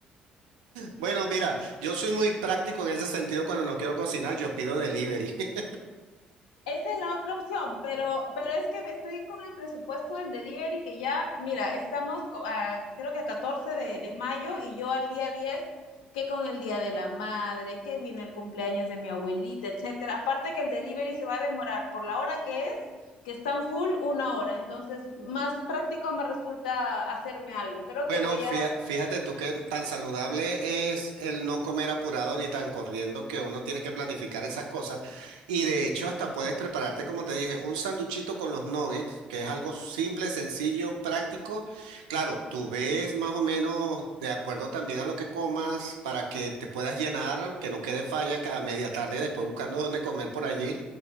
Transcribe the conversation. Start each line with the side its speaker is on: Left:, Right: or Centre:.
Right: Bueno, mira, yo soy muy práctico en ese sentido cuando no quiero cocinar, yo pido delivery. <laughs>
Left: Esa es la otra opción, pero, pero es que estoy con el presupuesto del delivery que ya, mira, estamos a, creo que a 14 de, de mayo y yo al día 10 que con el Día de la Madre, que viene el cumpleaños de mi abuelita, etcétera. Aparte que el delivery se va a demorar por la hora que es, que están full una hora. Entonces, más práctico me resulta hacerme algo. Creo
Right: Bueno,
Left: que voy
Right: fía-
Left: a
Right: fíjate tú que tan saludable es el no comer apurado ni tan corriendo que uno tiene que planificar esas cosas. Y de hecho hasta puedes prepararte, como te dije, un sanduchito con los nuggets, que es algo simple, sencillo, práctico. Claro, tú ves más o menos de acuerdo también a lo que comas para que te puedas llenar, que no quede falla que a media tarde después buscando dónde comer por allí.